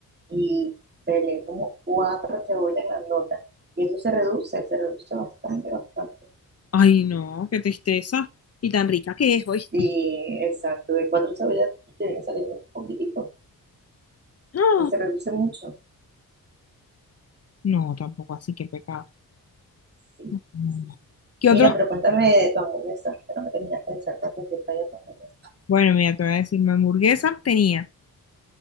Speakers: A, on the right; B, on the left.
A: y pelé como cuatro cebollas grandotas. Y eso se reduce, se reduce bastante, bastante.
B: Ay, no, qué tristeza. Y tan rica que es, ¿oíste?
A: Y exacto, de cuatro cebollas te viene saliendo un poquitico,
B: <gasps> ¡Ah!
A: pues se reduce mucho.
B: No, tampoco así, qué pecado.
A: Sí,
B: No,
A: sí,
B: no.
A: sí.
B: ¿Qué
A: Mira,
B: otro?
A: pero cuéntame de tu hamburguesa, que no me terminaste de echar tantos detalles de tu hamburguesa.
B: Bueno, mira, te voy a decir, mi hamburguesa tenía